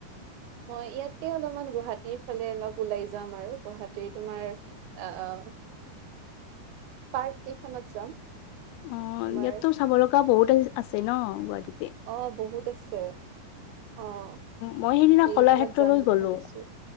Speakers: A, on the right; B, on the left.
A: হয় ইয়াতে অলপমান গুৱাহাটীৰ ফালে অলপ ওলাই যাম আৰু গুৱাহাটীৰ তোমাৰ অ অ। পাৰ্ক কেইখনত যাম
B: অ
A: তোমাৰ
B: ইয়াততো চাব লগা বহুত আ আছে ন গুৱাহাটীত
A: অ বহুত আছে। অ'
B: মই সেইদিনা
A: এইকেইখনত
B: কলাক্ষেত্ৰলৈ
A: যাম বুলি
B: গ'লো
A: ভাবিছো